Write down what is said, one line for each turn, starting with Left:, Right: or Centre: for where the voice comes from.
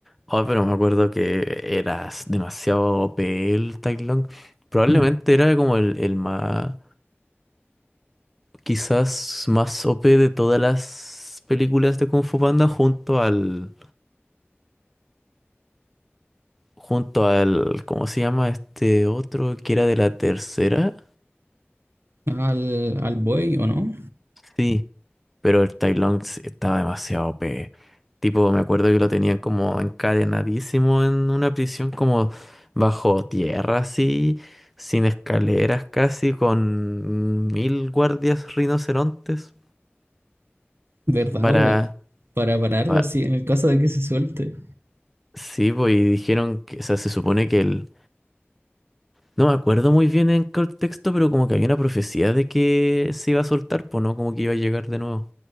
Centre: Oh, pero me acuerdo que eras demasiado OP el Tai Lung. Probablemente
Right: mm,
Centre: era como el, el más, quizás más OP de todas las películas de Kung Fu Panda junto al, junto al, ¿cómo se llama este otro que era de la tercera?
Right: al, al buey, ¿o no?
Centre: Sí. Pero el Tai Lung s- estaba demasiado O p Tipo, me acuerdo que lo tenían como encadenadísimo en una prisión como bajo tierra así, sin escaleras casi, con mil guardias rinocerontes
Right: ¿Verdad,
Centre: para...
Right: bo? Para pararlo,
Centre: pa-
Right: sí, en el caso de que se suelte.
Centre: sí, pues, y dijeron que, o sea, se supone que el... No me acuerdo muy bien en qué texto, pero como que había una profecía de que se iba a soltar, pues no, como que iba a llegar de nuevo.